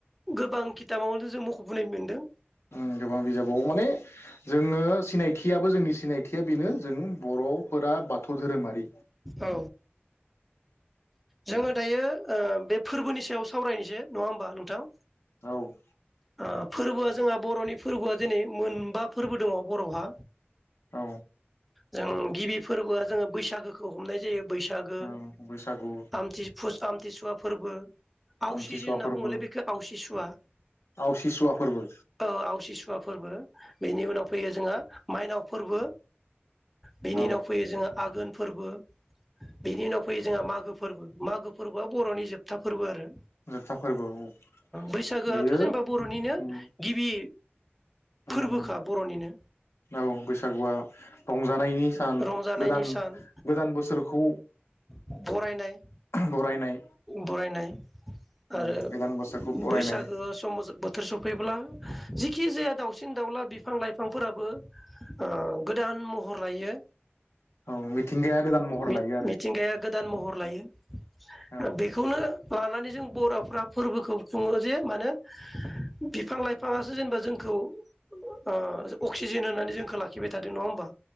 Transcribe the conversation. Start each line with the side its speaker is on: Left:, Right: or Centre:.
Centre: गोबां खिताबावनो जों मख'बोनाय मोन्दों।
Left: आं गोबां बिजाबाव माने जोङो सिनायथियाबो जोंनि सिनायथिया बेनो जों बर'फोरा बाथौ धोरोमारि।
Centre: औ जोङो दायो ओ बे फोरबोनि सायाव सावरायनोसै नङा होमबा नोंथां?
Left: औ।
Centre: ओ फोरबोआ जोंहा बर'नि फोरबोआ दिनै मोनबा फोरबो दङ' बर'हा।
Left: औ।
Centre: जों गिबि फोरबोआ जोङो बैसागोखौ हमनाय जायो। बैसागो
Left: औ बैसागु
Centre: आमथि फस आमथिसुवा फोरबो आवसि
Left: आमथिसुवा
Centre: होनना
Left: फोरबो
Centre: बुङोलै बेखो आवसि सुवा
Left: आवसिसुवा फोरबो
Centre: ओ आवसि सुवा फोरबो। बेनि उनाव फैयो जोंहा माइनाव फोरबो। बेनि
Left: औ
Centre: उनाव फैयो जोङा आघोन। फोरबो बिनि उनाव फैयो जोंहा मागो फोरबो मागो फोरबोआ बर'नि जोबथा फोरबो आरो।
Left: जोबथा फोरबो औ
Centre: बैसागोआथ'
Left: बेयो
Centre: जेनेबा बर'निनो
Left: उम
Centre: गिबि फोरबोखा
Left: उम
Centre: बर'निनो
Left: औ बैसागुआ रंजानायनि सान
Centre: रंजानायनि
Left: गोदान
Centre: सान
Left: गोदान बोसोरखौ
Centre: बरायनाय
Left: बरायनाय
Centre: बरायनाय
Left: उम
Centre: आरो
Left: गोदान बोसोरखौ बरायनाय
Centre: बैसागो सम बोथोर सफैब्ला जिखि जाया दाउसिन दाउला बिफां लाइफांफोराबो ओ गोद दान महर लायो
Left: औ मिथिंगाया गोदान महर
Centre: मिथ
Left: लायो आरो
Centre: मिथिंगाया गोदान महर लायो
Left: औ
Centre: बेखौनो लानानै जों बर'फ्रा फोरबोखौ खुङो जे मानो बिफां लाइफाङासो जोंनो जोंखौ ओ अक्सिजेन होननानै जोंखो लाखिबाय था थादों नङा होनबा?